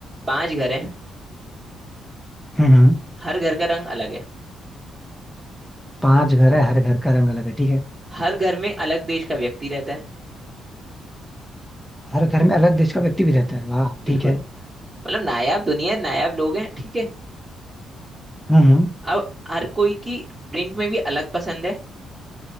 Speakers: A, on the right; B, in the centre.
A: पांच घर हैं
B: हम्म हम्म
A: हर घर का रंग अलग है
B: पांच घर है हर घर का रंग अलग है ठीक है
A: हर घर में अलग देश का व्यक्ति रहता है
B: हर घर में अलग देश का व्यक्ति भी रहता है वाह
A: बिल्कुल
B: ठीक है
A: मतलब नायाब दुनिया है नायाब लोग हैं ठीक है
B: हम्म हम्म
A: अब हर कोई की ड्रिंक में भी अलग पसंद है